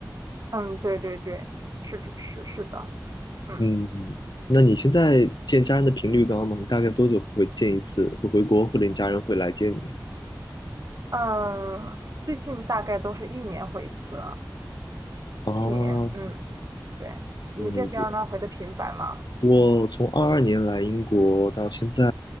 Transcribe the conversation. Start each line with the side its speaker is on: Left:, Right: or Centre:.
Right: 嗯，对对对，是是是的，嗯
Left: 嗯，那你现在见家人的频率高吗？你大概多久会见一次？会回国，或者你家人会来接你呢？
Right: 呃，最近大概都是一年回一次，
Left: 哦，
Right: 一年，嗯，对，你这边儿呢回的频繁吗？
Left: 了解。我从二二年来英国到现在